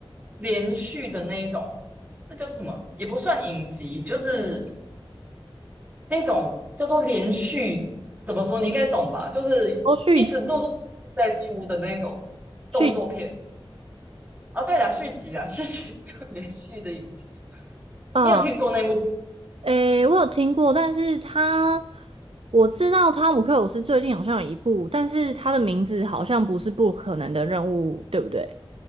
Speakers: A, on the right; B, on the right.
A: 连续的那一种，那叫做什么？也不算影集，就是那种叫做连续，怎么说？你应该懂吧？就是一直陆陆续续在出的那种动作片。
B: 哦，续集续
A: 哦，对了，续集啦，续集 <laughs> 连续的影集，
B: 啊，
A: 你有听过那部？
B: 嗯，诶，我有听过，但是他我知道汤姆克鲁斯最近好像有一部，但是他的名字好像不是《不可能的任务》，对不对？